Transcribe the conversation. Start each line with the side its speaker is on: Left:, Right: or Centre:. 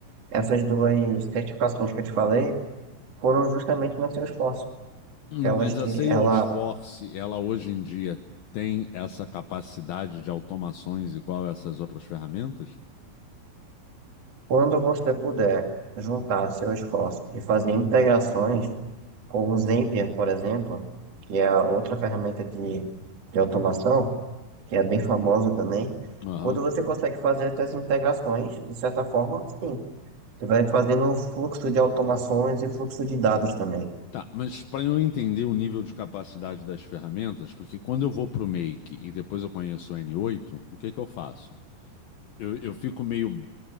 Right: essas duas certificações que eu te falei foram justamente na Salesforce. que Elas,
Left: Mas
Right: te-
Left: a Salesforce,
Right: ela
Left: Force, ela hoje em dia tem essa capacidade de automações igual a essas outras ferramentas?
Right: Quando você puder juntar seu esforço e fazer integrações com o Zapier, por exemplo, que é a outra ferramenta de, de automação, que é bem famosa também,
Left: Aham.
Right: quando você consegue fazer essas integrações, de certa forma, sim, você vai fazendo um fluxo de automações e fluxo de dados também.
Left: Tá, mas para eu entender o nível de capacidade das ferramentas, porque quando eu vou para o Make e depois eu conheço o n oito o que que eu faço? Eu, eu fico meio